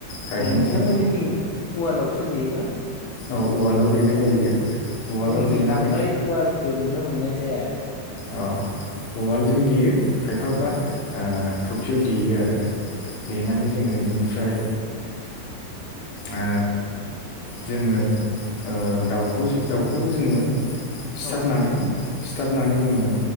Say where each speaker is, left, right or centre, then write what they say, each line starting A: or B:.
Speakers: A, on the left (about 60°); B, on the left (about 80°).
A: गायहेनजों
B: अ नोंथांमोननिथिं उवालावसो देयो ना?
A: औ उवालाव देनाय
B: औ
A: जायो उवालाव
B: जोंनिथिं
A: देनानै
B: बांद्राय उवालखौ नुनो मोननाय जाया।
A: अ उवालजों देयो खायफाफ्रा
B: औ
A: ओ थफियाव देयो आरोना देनानै जोङो बिनिफ्राय ओ जोङो ओ दाउखौ दाउखौबो जोङो सिथारनानै
B: औ
A: सिथारनानै जोङो